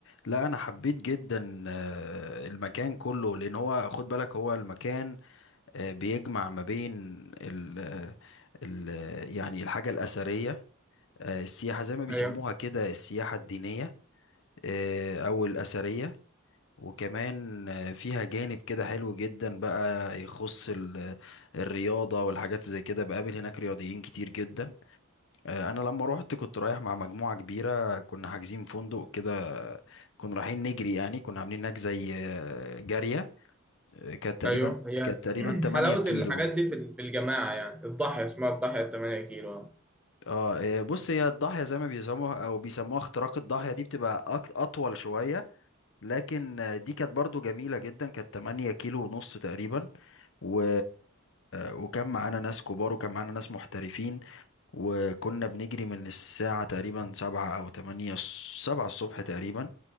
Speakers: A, on the left; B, in the centre.
A: لا انا حبيت جدا آه، المكان كله لان هو خد بالك هو المكان آه، بيجمع ما بين ال آه، ال يعني الحاجه الاثريه آه، السياحه زي ما بيسموها
B: ايوه
A: كده السياحه الدينيه آه، او الاثريه وكمان آه، فيها جانب كده حلو جدا بقى يخص ال- آه، الرياضه والحاجات زي كده بقابل هناك رياضيين كتير جدا آه، انا لما روحت كنت رايح مع مجموعه كبيره كنا حاجزين فندق كده كنا رايحين نجري يعني كنا عاملين هناك زي آه، جاريه آه، كانت تقريبا
B: ايوه هي
A: كانت تقريبا
B: <clears throat>
A: 8
B: حلاوه
A: كيلو
B: الحاجات دي في ال- في الجماعه يعني الضاحيه اسمها الضاحيه 8 كيلو
A: اه آه، بص هي الضاحيه زي ما بيسموها او بيسموها اختراق الضاحيه دي بتبقى أك- اطول شويه لكن آه، دي كانت برضو جميله جدا كانت 8 كيلو ونص تقريبا و... وكان معانا ناس كبار وكان معانا ناس محترفين وكنا بنجري من الساعة تقريبا سبعة أو تمانية سبعة الصبح تقريبا